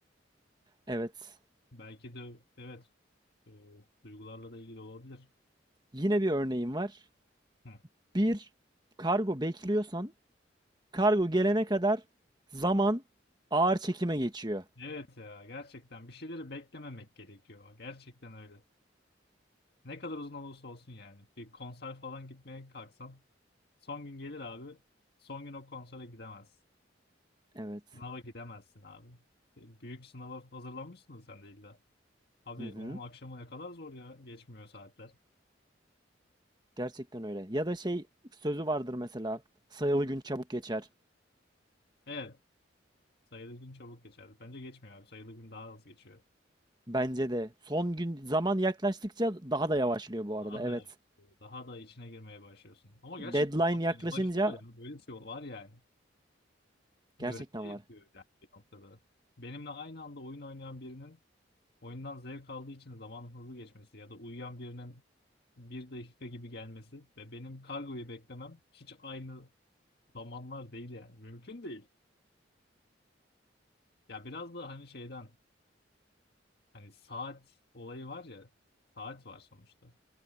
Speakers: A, on the right (about 20°); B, on the left (about 55°).
A: Evet.
B: Belki de evet e, duygularla da ilgili olabilir.
A: Yine bir örneğim var.
B: Hı.
A: Bir kargo bekliyorsan kargo gelene kadar zaman ağır çekime geçiyor.
B: Evet ya gerçekten bir şeyleri beklememek gerekiyor. Gerçekten öyle. Ne kadar uzun olursa olsun yani. Bir konser falan gitmeye kalksan son gün gelir abi. Son gün o konsere gidemez.
A: Evet.
B: Sınava gidemezsin abi. E, Büyük sınava hazırlanmışsın da sen de illa. Abi
A: Hı hı.
B: onun akşamı ne kadar zor ya. Geçmiyor saatler.
A: Gerçekten öyle. Ya da şey sözü vardır mesela. Sayılı gün çabuk geçer.
B: Evet. Sayılı gün çabuk geçer. Bence geçmiyor abi. Sayılı gün daha hızlı geçiyor.
A: Bence de. Son gün zaman yaklaştıkça daha da yavaşlıyor bu arada.
B: Daha
A: Evet.
B: da evet, daha da içine girmeye başlıyorsun. Ama gerçekten
A: Deadline
B: ama
A: yaklaşınca
B: yavaşlıyor ya. Böyle bir şey var yani.
A: gerçekten
B: Görece
A: var.
B: yapıyor yani bir noktada. Benimle aynı anda oyun oynayan birinin oyundan zevk aldığı için zamanın hızlı geçmesi ya da uyuyan birinin bir dakika gibi gelmesi ve benim kargoyu beklemem hiç aynı zamanlar değil yani. Mümkün değil. Ya biraz da hani şeyden hani saat olayı var ya saat var sonuçta.